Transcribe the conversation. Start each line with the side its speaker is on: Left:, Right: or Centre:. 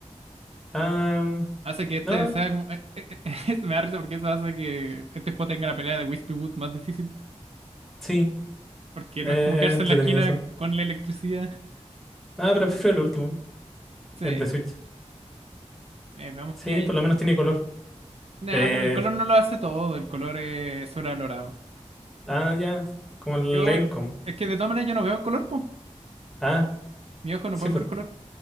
Centre: Ah,
Right: Hace que este
Centre: no,
Right: sea como... eh, eh, eh, <laughs> me da risa porque eso hace que este juego tenga la pelea de Wispy Wood más difícil.
Centre: sí,
Right: Porque
Centre: eh,
Right: no es como quedarse
Centre: es entretenido
Right: en la esquina
Centre: eso.
Right: con la electricidad. <laughs>
Centre: Ah, pero prefiero el último,
Right: Sí,
Centre: el de Switch.
Right: eh, veamos
Centre: Sí,
Right: qué hay.
Centre: por lo menos tiene color.
Right: Nada,
Centre: Eh,
Right: pero el color no lo hace todo, el color es sobrevalorado.
Centre: ah, ya, como el
Right: Yo,
Centre: Gamecom.
Right: es que de todas maneras yo no veo color, po.
Centre: Ah,
Right: Mis ojos no
Centre: sí,
Right: pueden
Centre: pues,
Right: ver color.